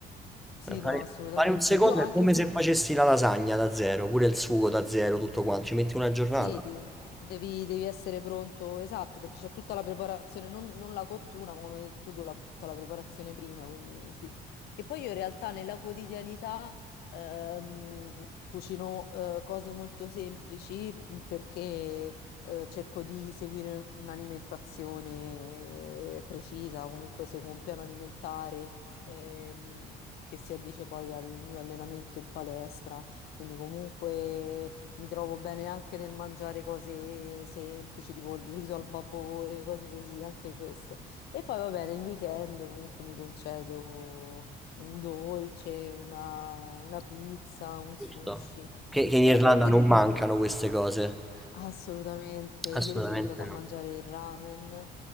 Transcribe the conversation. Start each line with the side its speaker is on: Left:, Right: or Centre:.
Left: Sì,
Centre: fare,
Left: no, assolutamente.
Centre: fare un secondo
Left: Io anche
Centre: è come
Left: se.
Centre: se facessi la lasagna da zero, pure il sugo da zero, tutto quanto, ci metti una giornata,
Left: Sì, ti- devi, devi essere pronto, esatto, perché c'è tutta la preparazione, non, non la cottura, ma come hai detto tu, la- tutta la preparazione prima, quindi sì. E poi io in realtà nella quotidianità ehm, cucino eh, cose molto semplici mh, perché eh, cerco di seguire un'alimentazione eh, precisa, comunque seguo un piano alimentare ehm, che si addice poi al mio allenamento in palestra, quindi comunque... Mi trovo bene anche nel mangiare cose semplici, tipo il riso al vapore, cose così, anche questo. E poi va bene, il weekend comunque mi concedo un dolce, una, una pizza, un
Centre: giusto?
Left: sushi.
Centre: Che, che in
Left: Comunque
Centre: Irlanda
Left: tu...
Centre: non
Left: di-
Centre: mancano queste cose,
Left: Assolutamente.
Centre: assolutamente
Left: Ieri sono andata a
Centre: no.
Left: mangiare il ramen,